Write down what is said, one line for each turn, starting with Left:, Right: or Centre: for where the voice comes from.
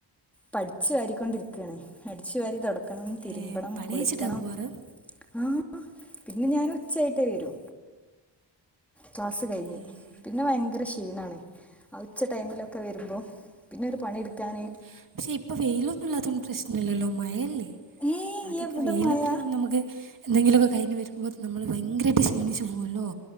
Centre: പട് അടിച്ചു വാരികൊണ്ടിരിക്കയാണ് അടിച്ചു വാരി തൊടയ്ക്കണം, തിരുമ്പണം,
Right: ഏ, പണി
Centre: കുളിക്കണം
Right: അയച്ചിട്ടാണ് പോവാറ്
Centre: ആഹ് പിന്നെ ഞാൻ ഉച്ചയായിട്ടേ വരൂ ക്ലാസ്സ് കഴിഞ്ഞ്
Right: ഏ,
Centre: പിന്നെ ഭയങ്കര ക്ഷീണാണ് ഉച്ച ടൈമിലൊക്കെ വരുമ്പോ പിന്നെ ഒരു പണിയെടുക്കാന്
Right: ഉം പക്ഷെ ഇപ്പൊ വെയിലൊന്നും ഇല്ലാത്ത പ്രശ്നല്ലല്ലോ മയ അല്ലെ
Centre: ഏയ്
Right: അതൊക്കെ
Centre: എവിടെ
Right: വെയില്
Centre: മഴ
Right: പറയുമ്പോ നമുക്ക് എന്തെങ്കിലൊക്കെ കഴിഞ്ഞ് വരുമ്പോൾ നമ്മള് ഭയങ്കരമായിട്ട് ക്ഷീണിച്ചു പോകുമല്ലോ